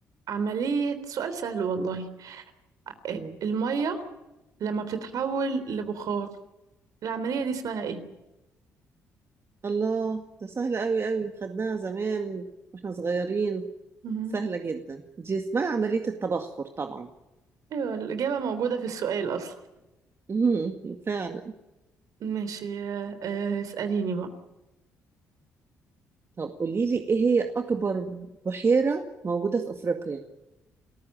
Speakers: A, on the right; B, on the right.
A: عملية سؤال سهل والله آه،
B: مم.
A: المية لما بتتحول لبخار العملية دي اسمها ايه؟
B: الله ده سهلة أوي أوي خدناها زمان واحنا صغيرين
A: مهم.
B: سهلة جدا دي اسمها عملية التبخر طبعا
A: ايوه الإجابة موجودة في السؤال أصلا
B: مم. فعلا
A: ماشي آه، آه، اسأليني بقى
B: طب قولي لي ايه هي اكبر بحيرة موجودة في افريقيا